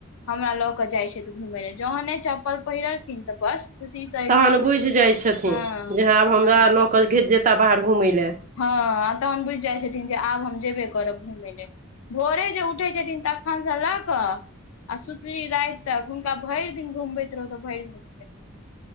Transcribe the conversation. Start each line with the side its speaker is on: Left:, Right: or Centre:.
Left: हमरा लऽ कऽ जाइ छथि घूमय लए जहने चप्पल पहिरलखिन तऽ बस खुशीसँ एकदम
Right: तहन बुझि जाइ छथिन
Left: हँ
Right: जे आब हमरा
Left: हँ
Right: लऽ कऽ घे जेयताह बाहर घूमय ल
Left: हँ तहन बुझि जाइ छथिन जे आब हम जेबे करब घूमय लेल भोरे जे उठै छथिन तखनसँ लऽ कऽ आ सुतली रात तक हुनका भैर दिन घुमबैत रहौत' भरि दिन घुमैत रहथिन